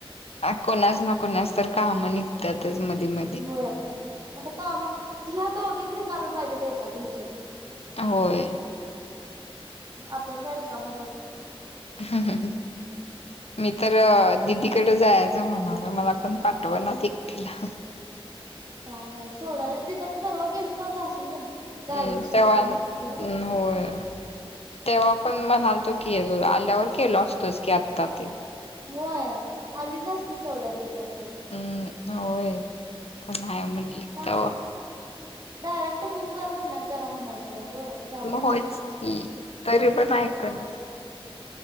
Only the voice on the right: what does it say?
होय आता काम ह्या दोघीच रिकाम्या पाहिजेत एका दिवशी
मग आपण काय रीकामाच असतो
काय न सोडाला तिथं आता परवा गेली तवा जाशील का नाही
ऍडमिशनच
ते
होतं खरं
होय आलीच असतीस तेवढ्या दिवसात तू
का
नाही डायरेक्ट बुक कर म्हण करा म्हणायचं ग जातो
बसून